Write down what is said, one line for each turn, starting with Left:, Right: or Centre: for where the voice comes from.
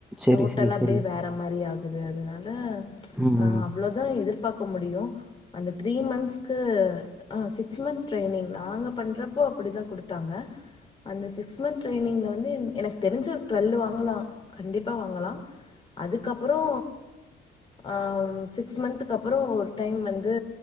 Centre: சரி,
Left: டோட்டலா
Centre: சரி,
Left: அப்டே
Centre: சரி.
Left: வேற மாரி ஆகுது அதனால
Centre: ம்
Left: ஆ அவ்ளோதா எதிர்பாக்க முடியு அந்த த்ரீ மந்த்சுக்கு ஆ சிக்ஸ் மந்த் ட்ரைனிங் நாங்க பண்ணுறப்போ அப்டிதா குடுத்தாங்க அந்த சிக்ஸ் மந்த் ட்ரைனிங்ல வந்து என் எனக்கு தெரிஞ்சு ஒரு டுவெல் வாங்கலா கண்டிப்பா வாங்கலா அதுக்கப்றோ ஆ சிக்ஸ் மந்த்துக்கு அப்றோ ஒரு டைம் வந்து